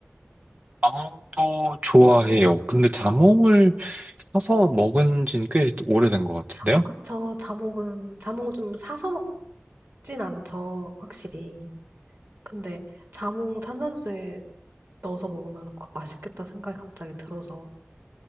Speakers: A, on the right; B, on the right.
A: 자몽도 좋아해요. 근데 자몽을 사서 먹은 지는 꽤 오래된 것 같은데요.
B: 아, 그쵸. 자몽은, 자몽은 좀 사서 먹진 않죠. 확실히. 근데 자몽 탄산수에 넣어서 먹으면 그 맛있겠다 생각이 갑자기 들어서.